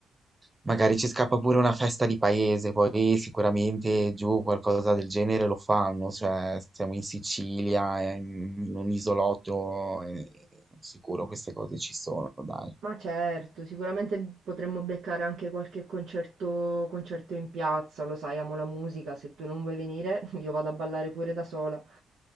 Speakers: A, on the right (about 15°); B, on the right (about 70°).
A: Magari ci scappa pure una festa di paese, poi sicuramente giù qualcosa del genere lo fanno, cioè siamo in Sicilia, eh, in un isolotto, eh, sicuro queste cose ci sono, dai.
B: Ma certo, sicuramente potremmo beccare anche qualche concerto, concerto in piazza, lo sai, amo la musica, se tu non vuoi venire <laughs> io vado a ballare pure da sola.